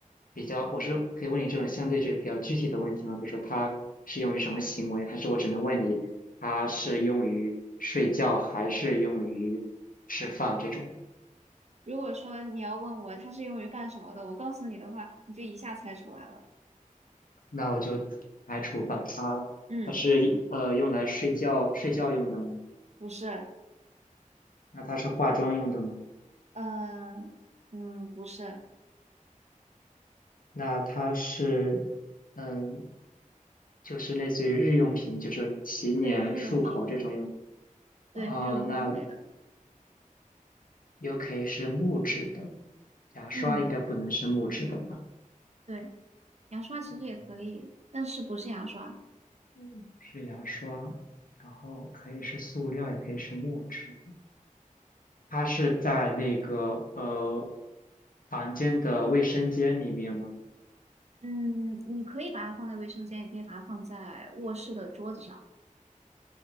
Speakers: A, on the left; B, on the right.
A: 比较，我是可以问你这种相对这比较具体的问题吗？比如说它是用于什么行为，还是我只能问你它是用于睡觉还是用于吃饭这种？
B: 如果说你要问我它是用于干什么的，我告诉你的话，你就一下猜出来了。
A: 那我就排除把它，
B: 嗯嗯，
A: 它是呃用来睡觉睡觉用的吗？
B: 不是，
A: 那它是化妆用的吗？
B: 嗯、嗯，不是，
A: 那它是嗯。就是类似于日用品，就是洗脸、
B: 对，日用品，
A: 漱口这种用。
B: 对，
A: 呃，
B: 日用品类的。
A: 那可以是木质的，牙刷应该不能是木质的吧？
B: 嗯，对，牙刷其实也可以，
A: 嗯，
B: 但是不是牙刷。
A: 嗯是牙刷，然后可以是塑料，也可以是木质的。它是在那个呃房间的卫生间里面吗？
B: 嗯，你可以把它放在卫生间，也可以把它放在卧室的桌子上。